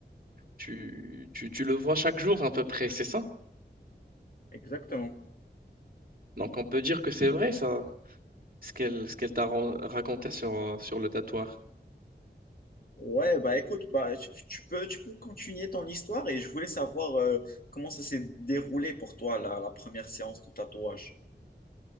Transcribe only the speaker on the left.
Exactement.
Ouais, bah écoute, bah, tu, tu peux, tu peux continuer ton histoire et je voulais savoir euh, comment ça s'est déroulé pour toi, la, la première séance de tatouage.